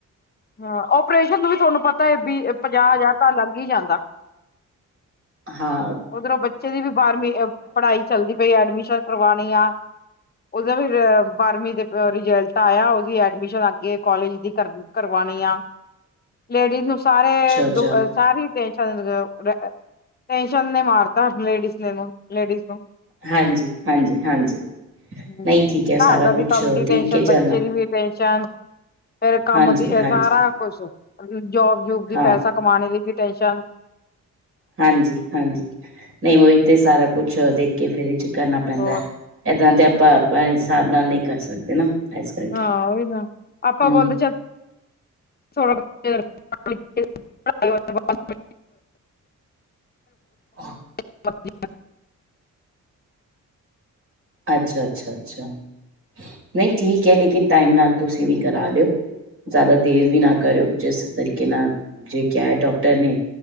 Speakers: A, on the left (about 30°); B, on the right (about 45°).
A: ਹਾਂ, ਓਪਰੇਸ਼ਨ ਨੂੰ ਵੀ ਥੋਨੂੰ ਪਤਾ ਐ ਵੀਅ-ਪੰਜਾਅ ਹਜ਼ਾਰ ਤਾਂ ਲੱਗ ਈ ਜਾਂਦਾ।
B: ਹਾਂ
A: ਓਦਰੋਂ ਬੱਚੇ ਦੀ ਵੀ ਬਾਰਵੀਂ ਪੜਾਈ ਚੱਲਦੀ ਪਈ ਐ ਐਡਮਿਸ਼ਨ ਕਰਵਾਨੀ ਆ, ਓਦਾ ਵੀ ਅ ਬਾਰਵੀਂ ਦੇ ਰਿਜਲਟ ਆਏਆ ਓਦੀ ਵੀ ਐਡਮਿਸ਼ਨ ਅੱਗੇ ਕੋਲਜ ਦੀ ਕਰ ਕਰਵਾਨੀ ਆ, ਲੇਡੀਜ਼ ਨੂੰ ਸਾਰੇ
B: ਅੱਛਾ।
A: ਦੁ ਸਾਰੀ ਟੇਸ਼ਨ ਰ ਰੈ ਚਨ ਨੇ ਮਾਰਤਾ ਲੇਡੀਜ਼ ਨੇ ਓਨੂੰ ਲੇਡੀਜ਼ ਨੂੰ
B: ਹਾਂਜੀ, ਹਾਂਜੀ, ਹਾਂਜੀ।
A: ਹੂੰ
B: ਨਹੀਂ ਠੀਕ ਹੈ, ਸਾਰਾ
A: ਘਰ ਦਾ
B: ਕੁਛ
A: ਵੀ ਕੰਮ ਦੀ
B: ਦੇਖ
A: ਟੈਂਨਸ਼ਨ,
B: ਕੇ
A: ਬੱਚੇ
B: ਚੱਲਣਾ।
A: ਦੀ ਵੀ ਟੈਂਨਸ਼ਨ ਫੇਰ ਕੰਮ
B: ਹਾਂਜੀ,
A: ਦੀ
B: ਹਾਂਜੀ।
A: ਸਾਰਾ ਕੁਸ਼, ਜੋਬ-ਜੂਬ ਦੀ
B: ਹਾਂ,
A: ਪੈਸਾ ਕਮਾਨੇ ਦੀ ਵੀ ਟੈਨਸ਼ਨ
B: ਹਾਂਜੀ-ਹਾਂਜੀ, ਨਈਂ ਓਈ ਤੇ ਸਾਰਾ ਕੁਛ ਦੇਖ ਕੇ ਫੇਰ ਇਚ ਕਰਨਾ ਪੈਂਦਾ
A: ਬਹੁਤ
B: ਐ, ਏਦਾਂ ਤੇ ਆਪਾਂ-ਆਪਾਂ ਹਿਸਾਬ ਨਾਲ ਨਈਂ ਕਰ ਸਕਦੇ ਨਾ। ਇਸ ਕਰਕੇ।
A: ਹਾਂ ਓਈ ਨਾ, ਆਪਾਂ
B: ਹੂੰ,
A: ਬੋਲਦੇ ਚਲ <inaudible>
B: <inaudible>
A: ਹਾਂਜੀ
B: ਅੱਛਾ-ਅੱਛਾ-ਅੱਛਾ। ਨਈਂ ਠੀਕ ਐ ਲੇਕਿਨ ਟਾਈਮ ਨਾਲ ਤੁਸੀਂ ਵੀ ਕਰਾ ਲੇਓ, ਜਾਦਾ ਦੇਰ ਵੀ ਨਾ ਕਰੇਓ। ਜਿਸ ਤਰੀਕੇ ਨਾਲ ਜੇ ਕਿਆ ਐ ਡੋਕਟਰ ਨੇ